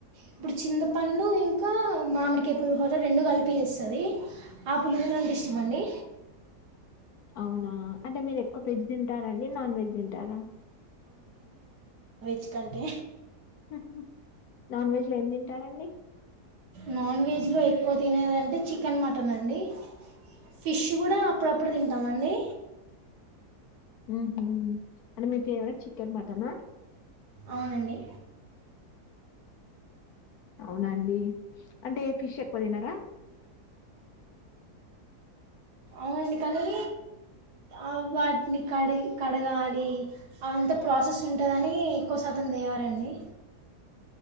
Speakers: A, on the right (about 85°); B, on the left (about 70°).
A: ఇప్పుడు చింతపండు ఊ ఇంకా మామ్ మిడికే పులిహోర రొండు కలిపి ఎస్తది ఆ పులిహోర అంటే ఇష్టమండి
B: ఔనా అంటే మీరు ఎక్కువ వెజ్ తింటారండి. నాన్ వెజ్ తింటారా
A: చికంటే
B: ఉహుహ్ నాన్ వెజ్ లో ఏం దింటారండి
A: నాన్ వెజు లో ఎక్కు తినేదంటే చికెన్ మటనండి ఫిష్ గుడా అప్పుడప్పుడు తింటమండి
B: ఉమ్ అంటే మీ ఫేవ్ రెట్ చికెన్ మటన
A: ఔనండి
B: ఔనాండి అంటే ఫిష్ ఎక్కు దినరా
A: ఔనండి కానీ అవ్ వాట్ నీ కడియి కడగాలి అంతా ప్రాసెస్ ఉంటుందని ఎక్కు శాతం దేవరండి